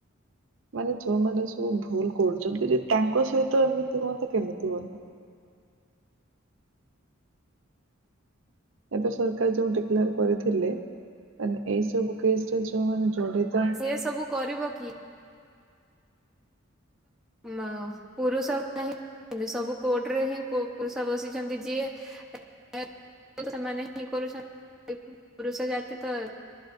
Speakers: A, on the right (about 65°); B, in the centre.
A: ମାନେ ଯୋଉମାନେ ସବୁ ଭୁଲ କରୁଛନ୍ତି ଯେ ତାଙ୍କ ସହିତ ଏମିତି ହୁଅନ୍ତା କେମିତି ହୁଅନ୍ତା। ଏବେ ସରକାର ଯୋଉ ଡିକ୍ଲୋର କରିଥିଲେ ମାନେ ଏଇ ସବୁ କେସ୍ ରେ ଯୋଉ ମାନେ ଯଡିତ
B: ଏସବୁ କରିବ କିଏ? ମ ପୁରୁଷ <unintelligible> ସବୁ କୋର୍ଟରେ ହିଁ ପଇସା ବସିଛନ୍ତି ଯିଏ ସେମାନେ ହିଁ କରୁଛନ୍ତି ପୁରୁଷ ଜାତି ତ